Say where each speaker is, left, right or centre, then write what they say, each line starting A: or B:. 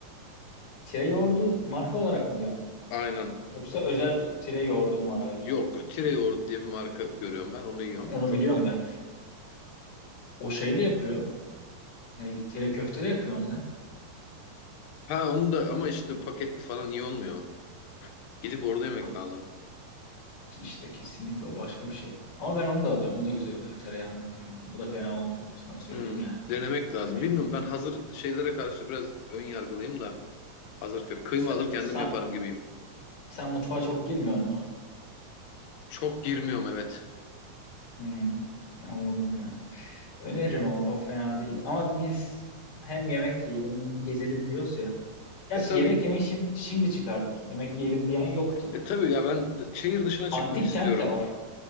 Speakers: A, on the left; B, on the left.
A: Tire yoğurdu marka olarak mı diyorsun?
B: Aynen.
A: Yoksa
B: O,
A: özel Tire yoğurdu mu var ayrıca?
B: yok Tire yoğurdu diye bir marka görüyorum ben. Onu yiyorum.
A: Onu
B: Çok
A: biliyorum
B: güzel.
A: ben. O şey de yapıyor. neydi? Tire köfte de yapıyor onlar.
B: Ha onu da ama işte paketli falan iyi olmuyor. Gidip orada yemek
A: Bak
B: lazım.
A: işte kesinlikle o başka bir şey. Ama ben onu da alıyorum. O da güzel oluyor. Tereyağında yapıyorum onu. O da fena olmuyor. Sana söyleyeyim
B: Hmm,
A: yani.
B: denemek lazım.
A: Öne
B: Bilmiyorum ben hazır şeylere karşı biraz ön yargılıyım da. Hazır kö- kıyma
A: sen,
B: alır kendim
A: sen,
B: yaparım gibiyim.
A: sen mutfağa çok girmiyor mu?
B: Çok girmiyorum evet.
A: Hmm, anladım ya. Öneririm ama o fena değil. Ama biz hem yemek yiyelim hem bir gezelim diyoruz ya. Gerçi
B: E tabii.
A: yemek yemeyi şimdi, şimdi çıkardık. Yemek yiyelim diyen yoktu.
B: E tabii ya ben d- şehir dışına çıkmak
A: Antik
B: istiyorum.
A: kent de var.